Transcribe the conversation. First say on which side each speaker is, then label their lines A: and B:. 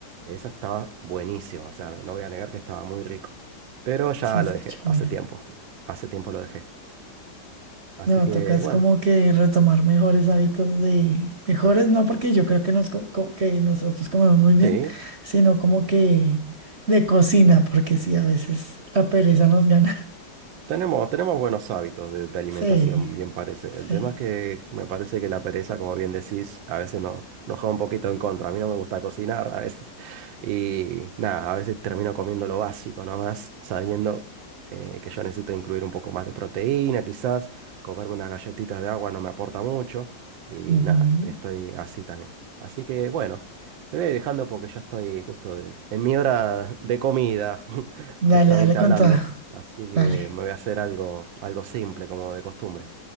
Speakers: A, on the right; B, on the right.
A: Esa estaba buenísima, o sea, no voy a negar que estaba muy rico. Pero ya
B: Se escucha
A: lo dejé
B: buena.
A: hace tiempo, hace tiempo lo dejé. Así
B: No,
A: que
B: tocas
A: bueno,
B: como que retomar mejores hábitos de, mejores no porque yo creo que, nos, co- co- que nosotros comemos muy bien,
A: sí,
B: sino como que de cocina, porque sí, a veces la pereza nos gana. <laughs>
A: Tenemos, tenemos buenos hábitos de, de alimentación,
B: Sí,
A: bien parece.
B: sí.
A: El tema es que me parece que la pereza, como bien decís, a veces nos, nos juega un poquito en contra. A mí no me gusta cocinar <laughs> a veces. Y nada, a veces termino comiendo lo básico nomás, sabiendo eh, que yo necesito incluir un poco más de proteína, quizás. Comerme unas galletitas de agua no me aporta mucho. Y
B: Ujú.
A: nada, estoy así también. Así que bueno, te voy a ir dejando porque ya estoy justo de- en mi hora de comida, <laughs>
B: Dale,
A: justamente
B: dale con
A: hablando.
B: toda.
A: Así que
B: Dale.
A: me voy a hacer algo, algo simple como de costumbre.